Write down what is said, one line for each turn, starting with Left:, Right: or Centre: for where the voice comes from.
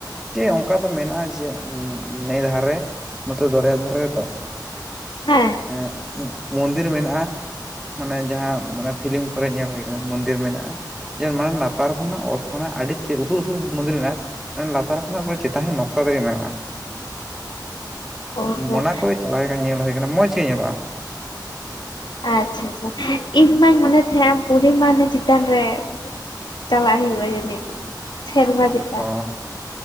Centre: ᱡᱮ ᱚᱱᱠᱟ ᱫᱚ ᱢᱮᱱᱟᱜᱼᱟ ᱡᱮ ᱱᱮᱭ ᱫᱷᱟᱨᱮ ᱱᱚᱛᱮ ᱫᱚᱨᱭᱟ ᱫᱷᱟᱨᱮ ᱛᱚ ᱾
Left: ᱦᱮᱸ ᱾
Centre: ᱮ ᱢᱚᱱᱫᱤᱨ ᱢᱮᱱᱟᱜᱼᱟ ᱾ ᱢᱟᱱᱮ ᱡᱟᱦᱟᱸ ᱢᱟᱱᱮ ᱯᱷᱤᱞᱤᱢ ᱠᱚᱨᱮ ᱧᱮᱞ ᱦᱩᱭ ᱠᱟᱱᱟ ᱢᱚᱱᱫᱤᱨ ᱢᱮᱱᱟᱜᱼᱟ ᱡᱮ ᱢᱟᱱᱮ ᱞᱟᱛᱟᱨ ᱦᱚᱸ ᱚᱱᱟ ᱚᱛ ᱠᱷᱚᱱᱟᱜ ᱟᱹᱰᱤ ᱩᱥᱩᱞᱼᱩᱥᱩᱞ ᱢᱚᱱᱫᱤᱨ ᱢᱮᱱᱟᱜᱼᱟ ᱾ ᱞᱟᱛᱟᱨ ᱠᱷᱚᱱᱟᱜ ᱪᱮᱛᱟᱱ ᱱᱚᱝᱠᱟ ᱛᱮᱜᱮ ᱢᱮᱱᱟᱜᱼᱟ ᱾
Left: ᱚ ᱦᱚᱸ
Centre: ᱚᱱᱟ ᱠᱚ ᱪᱟᱞᱟᱣ ᱞᱮᱠᱷᱟᱱ ᱧᱮᱞ ᱦᱩᱭ ᱠᱟᱱᱟ, ᱢᱚᱸᱡᱽ ᱜᱮ ᱧᱮᱞᱚᱜᱼᱟ ᱾
Left: ᱟᱪᱪᱷᱟ ᱟᱪᱪᱷᱟ ᱾ ᱤᱧ ᱢᱟᱧ ᱢᱚᱱᱮ ᱛᱟᱦᱮᱸᱱᱟ ᱯᱩᱨᱤ ᱢᱟᱱᱮ ᱪᱮᱛᱟᱱ ᱨᱮ ᱪᱟᱞᱟᱜ ᱦᱩᱭᱩᱜᱼᱟ ᱡᱟᱹᱱᱤ, ᱥᱮᱨᱢᱟ ᱪᱮᱛᱟᱱ
Centre: ᱚ